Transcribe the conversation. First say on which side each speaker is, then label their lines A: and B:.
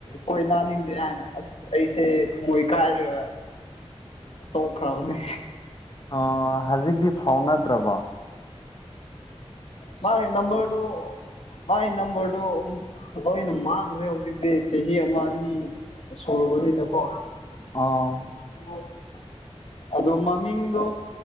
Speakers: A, on the left; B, on the left.
A: ꯀꯣꯏꯅꯥꯅꯤꯡꯗꯦ ꯍꯥꯏꯅ ꯑꯁ ꯑꯩꯁꯦ ꯊꯃꯣꯏ ꯀꯥꯏꯔꯒ ꯇꯣꯛꯈ꯭ꯔꯕꯅꯦ
B: ꯑꯣ ꯍꯧꯖꯤꯛꯇꯤ ꯐꯥꯎꯅꯗ꯭ꯔꯕꯣ
A: ꯃꯥꯢ ꯅꯝꯕꯔꯗꯣ ꯃꯥꯏ ꯅꯝꯕꯔꯗꯣ ꯑꯃꯨꯛ ꯂꯣꯏꯅ ꯃꯥꯡꯈ꯭ꯔꯦ ꯍꯧꯖꯤꯛꯇꯤ ꯆꯍꯤ ꯑꯃ ꯑꯅꯤ ꯁꯨꯔꯕꯅꯤꯅ ꯀꯣ
B: ꯑꯥꯎ
A: <unintelligible> ꯑꯗꯣ ꯃꯃꯤꯡꯗꯣ